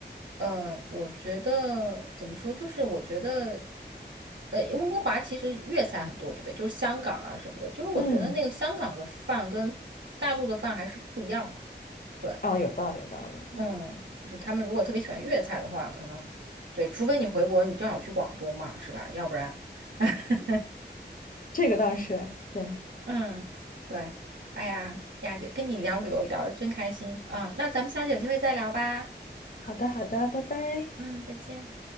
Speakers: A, on the right; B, on the left.
A: 呃，我觉得怎么说，就是我觉得，呃，温哥华其实粤菜很多，对不对？就是香港啊什么的，就是我觉得那个香港的饭跟大陆的饭还是不一样的
B: 嗯，
A: 对，
B: 哦，有道理，有道理，
A: 嗯，就是他们如果特别喜欢粤菜的话，可能对，除非你回国，你正好去广东嘛，是吧？要不然。<laughs>
B: 这个倒是对。
A: 嗯，对，哎呀呀，跟跟你聊旅游聊的真开心啊，那咱们下次有机会再聊吧。
B: 好的，好的，拜拜。
A: 嗯，再见。